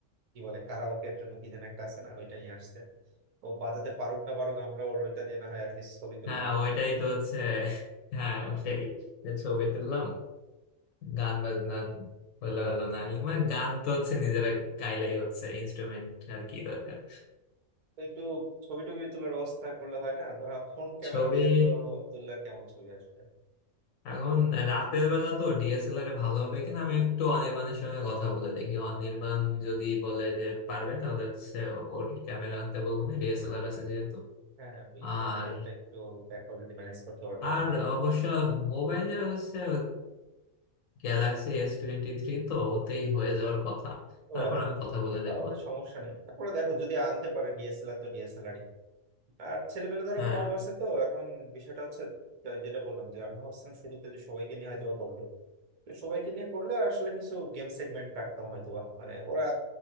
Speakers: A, on the right (about 65°); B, on the left (about 80°).
A: কি বলে কারাওকের জন্য কি যেন একটা আছে না ওইটা নিয়ে আসছে ও বাজাতে পারুক না পারুক আমরা ওর ওইটা দিয়ে না হয় অ্যাটলিস্ট ছবি তুললাম
B: হ্যাঁ ওইটাই তো হচ্ছে হ্যাঁ ওইটাই যে ছবি তুললাম গান বাজনা হলো হলো না হলো মানে গান তো হচ্ছে নিজেরা গাইলেই হচ্ছে ইনস্ট্রুমেন্ট আর কি দরকার
A: তো একটু ছবি টবি তোলার ব্যবস্থা করলে হয় না ধরা ফোন ক্যামেরা
B: ছবি
A: দিয়ে তো তুললে কেমন ছবি আসবে
B: এখন রাতের বেলা তো ডিএসএলআর এ ভালো হবে কিনা আমি একটু অনির্বাণের সঙ্গে কথা বলে দেখি অনির্বাণ যদি বলে যে পারবে তাহলে হচ্ছে ওর ক্যামেরা আনতে বলবো না ডিএসএলআর আছে যেহেতু
A: হ্যাঁ হ্যাঁ, ওই
B: আর
A: ক্যামেরাটা একটু দেখো যদি ম্যানেজ করতে পারো তো
B: আর
A: ভালো হয়।
B: অবশ্য মোবাইলে হচ্ছে গ্যালাক্সি এস টোয়েন্টি থ্রি তো ওতেই হয়ে যাওয়ার কথা
A: ও
B: তারপর
A: হ্যাঁ
B: আমি কথা বলে
A: তাহলে
B: দেখবো না।
A: সমস্যা নেই তারপরে দেখো যদি আনতে পারে ডিএসএলআর তো ডিএসএলআরই আর ছেলেপেলে ধরো
B: হ্যাঁ
A: কম আছে তো এখন বিষয়টা হচ্ছে যে- যেটা বললাম যে আমি ভাবছিলাম শুরুতে যে সবাইকে নিয়ে হয়তো বা করবে তো সবাইকে নিয়ে করলে আসলে কিছু গেম সেগমেন্ট রাখতাম হয়তো বা মানে ওরা